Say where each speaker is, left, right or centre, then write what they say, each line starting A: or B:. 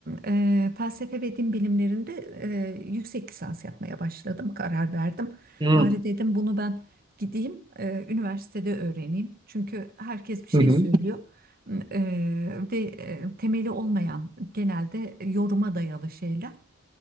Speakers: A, on the right (about 45°); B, on the right (about 20°).
A: e, felsefe ve din bilimlerinde e, yüksek lisans yapmaya başladım, karar verdim.
B: Hmm.
A: Bari dedim bunu ben gideyim e, üniversitede öğreneyim. Çünkü herkes bir şey
B: Hı hı.
A: söylüyor E, ve e, temeli olmayan genelde yoruma dayalı şeyler.